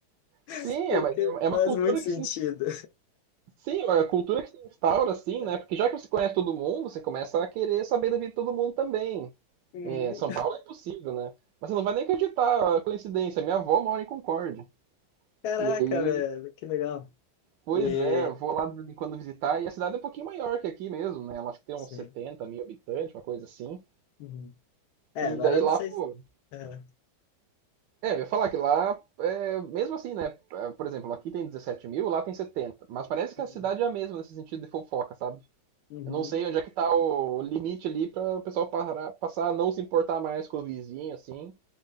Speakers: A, on the right; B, on the left.
A: Sim,
B: <laughs> porque
A: é, é é
B: faz
A: uma cultura
B: muito sentido.
A: que se, Sim, é a cultura que se instaura, assim,
B: É.
A: né? Porque já que você conhece todo mundo, você começa a querer saber da vida de todo mundo também.
B: Uhum.
A: É, São Paulo é impossível, né? Mas você não vai nem acreditar, a coincidência. Minha avó mora em Concórdia.
B: Caraca,
A: E aí,
B: velho, que legal.
A: pois
B: e
A: é, eu vou lá de vez em quando visitar. E a cidade é um pouquinho maior que aqui mesmo, né? Ela acho que tem
B: Sim.
A: uns 70 mil habitantes, uma coisa assim.
B: Uhum. É,
A: E
B: agora
A: daí
B: eu
A: lá,
B: não sei
A: pô.
B: se... É.
A: É, eu ia falar que lá, é, mesmo assim, né? É, Por exemplo, aqui tem 17 mil, lá tem 70. Mas parece que
B: Uhum.
A: a cidade é a mesma nesse sentido de fofoca, sabe?
B: Uhum.
A: Eu não sei onde é que tá o limite ali para o pessoal parar, passar a não se importar mais com o vizinho, assim.